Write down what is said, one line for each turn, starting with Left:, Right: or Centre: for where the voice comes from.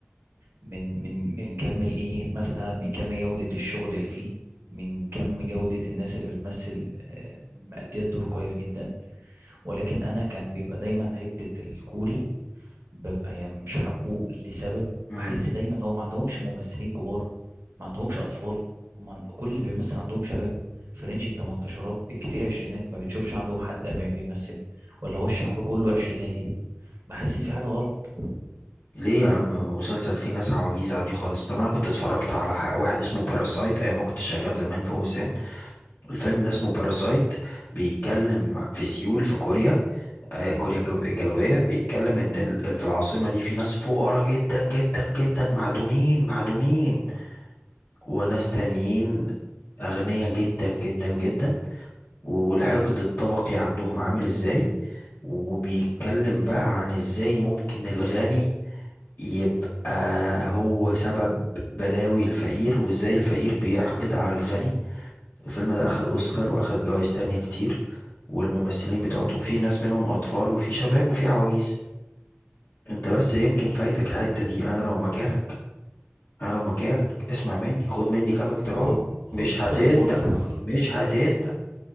Right: من من من كم الإيه مثلا من كم جودة الشغل اللي فيه من كم جودة الناس اللي بتمثل آه، مأدية الدور كويس جدا ولكن أنا كان بيبقى دايما حتة الكوري ببقى يعني مش حابه لسبب
Left: امم
Right: بحس دايما هو ما عندهمش ممثلين كبار ما عندهمش اطفال هم عن... كل اللي بيمثل عندهم شباب في رينج التمنتاشرات بالكتير عشرينات ما بتشوفش عندهم حد 40 بيمثل ولا هو الشعب كله عشريناتي بحس ان في حاجة غلط
Left: ليه يا عم مسلسل فيه ناس عواجيز عادي خالص طب انا كنت اتفرجت على ح- واحد اسمه باراسايت ايام ما كنت شغال زمان في او اس ان الفيلم ده اسمه باراسايت بيتكلم في سيول في كوريا آه كوريا الجن- الجنوبية بيتكلم ان ال- ال- في العاصمة دي في ناس فقراء جدا جدا جدا معدومين معدومين وناس تانيين اغنياء جدا جدا جدا والحقد الطبقي عندهم عامل ازاي وبيتكلم بقى عن ازاي ممكن الغني يبقى هو سبب بلاوي الفقير وازاي الفقير بيحقد على الغني الفيلم ده اخد اوسكار واخد جوائز تانية كتير والممثلين بتوعته في ناس منهم اطفال وفي شباب وفي عواجيز انت بس يمكن فايتك الحتة دي انا لو مكانك انا لو مكانك اسمع مني خد مني كام اقتراح
Right: خد
Left: مش
Right: خد
Left: هتندم
Right: خد الفرصة <laughs>
Left: مش هتندم